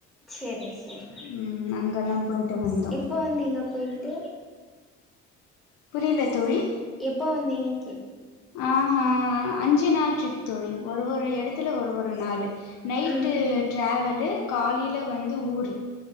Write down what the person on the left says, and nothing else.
ம் அங்கல்லா போயிட்டு வந்தோ
புரில தோழி
ஆ ஆ அஞ்சி நாள் ட்ரிப் தோழி ஒரு ஒரு
எடத்துல ஒரு ஒரு நாளு நைட்டு
ட்ராவலு காலில வந்து ஊரு